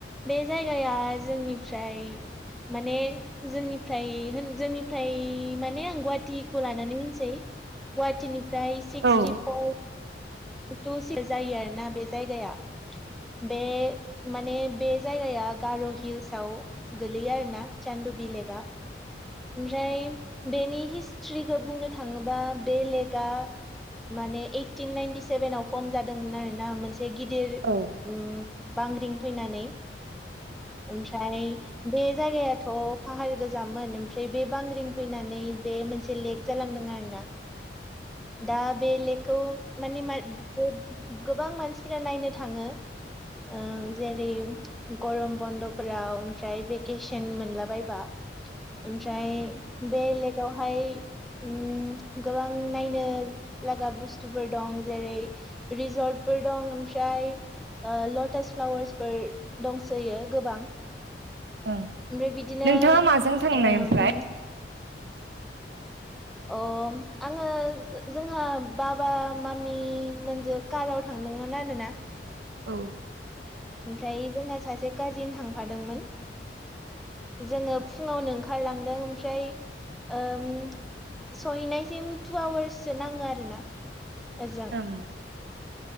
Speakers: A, in the centre; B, on the right (about 65°).
A: बे जायगाया जोंनिफ्राय माने जोंनिफ्राय होन जोंनिफ्राय माने आं गुवा थिखौ लानानै होनसै गुवाहाटिनिफ्राय सिक्सटिफर
B: औ
A: थुसे जायो आरोना बे जायगाया बे माने बे जायगाया ओ गार' हिल्साव गोलैयो आरोना चान्दुबि लेकआ ओमफ्राय बेनि हिस्ट्रिखौ बुंनो थाङोबा बे लेकआ माने ओइटिन नाइनटि सेभेनाव फर्म जादोंमोन आरो ना मोनसे गिदिर उम
B: ओं
A: बांग्रिं फैनानै ओमफ्राय बे जायगायाथ' फाहार गोजामोन ओमफ्राय बे बांग्रिं फैनानै बे मोनसे लेक जालांदों आरोना दा बे लेकखौ माने मान गोबां मानसिफोरा नायनो थाङो ओ जेरै गरम बन्द'फोराव ओमफ्राय भेकेसन मोनलाबायबा ओमफ्राय बेलेगावहाय उम गोबां नायनो लागा बुस्थुफोर दं जेरै रिजर्टफोर दं ओमफ्राय ओ लटास फ्लावार्सफोर दंसोयो गोबां
B: ओं
A: ओमफ्राय बिदिनो
B: नोंथाङा माजों थांनाय
A: ओम
B: ओमफ्राय
A: अ आङो जोंहा बाबा मामि मोनसजों काराव थां दोंमोन आरोना
B: औ
A: ओमफ्राय जोंहा सासे काजिन थांफादोंमोन जोङो फुङावनो ओंखारलांदों ओमफ्राय ओम सहैनायसिम टु आवार्ससो नाङो आरोना ओजों
B: ओं